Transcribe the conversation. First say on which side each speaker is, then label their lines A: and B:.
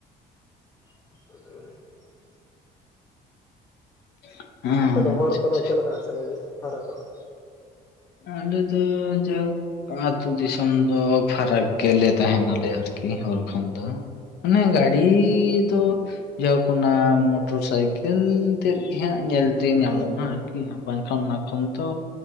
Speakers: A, on the left; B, on the left.
A: <inaudible>
B: <inaudible>
A: ᱟᱯᱮ ᱫᱚ
B: ᱟᱪᱪᱷᱟ
A: ᱦᱚᱨ ᱠᱚᱫᱚ
B: ᱟᱪᱪᱷᱟ
A: ᱪᱮᱫ ᱞᱮᱠᱟ ᱥᱟᱺᱜᱤᱱ ᱧᱚᱜ ᱯᱷᱟᱨᱟᱠᱚᱜᱼᱟ
B: ᱟᱞᱮ ᱫᱚ ᱡᱟᱭᱦᱳᱠ ᱟᱛᱩ ᱫᱤᱥᱚᱢ ᱫᱚ ᱯᱷᱟᱨᱟᱠ ᱜᱮ ᱞᱮ ᱛᱟᱦᱮᱱᱟ ᱞᱮ ᱟᱨᱠᱤ ᱦᱚᱨ ᱠᱷᱚᱱ ᱫᱚ ᱢᱟᱱᱮ ᱜᱟᱹᱰᱤ ᱫᱚ ᱡᱟᱣ ᱠᱷᱚᱱᱟᱜ ᱢᱚᱴᱚᱨ ᱥᱟᱭᱠᱮᱞ ᱛᱮᱫ ᱜᱮ ᱦᱟᱸᱜ ᱧᱮᱞᱛᱮ ᱧᱟᱢᱚᱜᱼᱟ ᱟᱨᱠᱤ ᱠᱤ ᱦᱟᱸᱜ ᱵᱟᱝᱠᱷᱟᱱ ᱚᱱᱟ ᱠᱷᱚᱱ ᱛᱚ